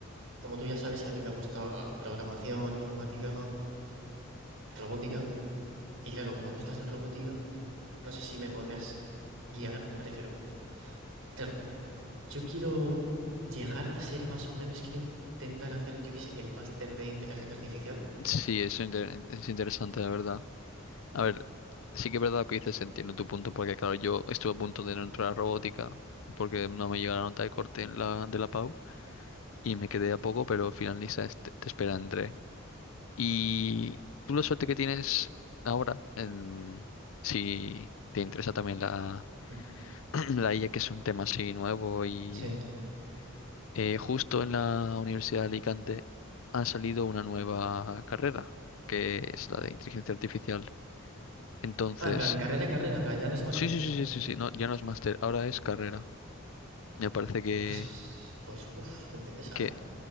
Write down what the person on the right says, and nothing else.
como tú ya sabes, a mí me gusta programación, informática, robótica. Y claro, como tú estás en robótica, no sé si me podrías guiar, me refiero. Claro, yo quiero llegar a ser más o menos, quiero intentar hacer, yo qué sé, el máster de inteligencia artificial.
Mm.
Sí.
Ah, en plan, carrera, carrera, en plan, ya no es máster.
Pues, pues, uff, me interesa,
¿eh?